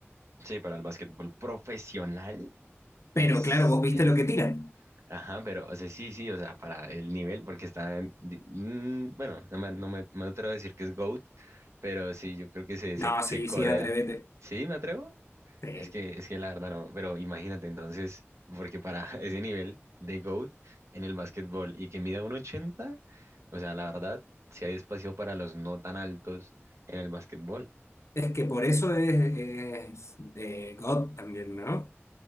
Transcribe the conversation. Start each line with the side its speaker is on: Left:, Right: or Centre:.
Right: sí, para el básquetbol profesional es,
Left: Pero claro, vos viste
Right: es,
Left: lo que tiran.
Right: ajá, pero, o sea, sí, sí, o sea, para el nivel, porque está, en- di- mm, bueno, no me, no me, no me atrevo a decir que es GOAT, pero sí, yo creo que se,
Left: No,
Right: se, se
Left: sí,
Right: codea.
Left: sí, atrévete.
Right: ¿Sí, me atrevo?
Left: Sí.
Right: Es que, es que la verdad no, pero imagínate entonces, porque para <laughs> ese nivel de GOAT en el básquetbol y que mida un 80, o sea, la verdad, si hay espacio para los no tan altos en el básquetbol.
Left: Es que por eso es, es de God también, ¿no?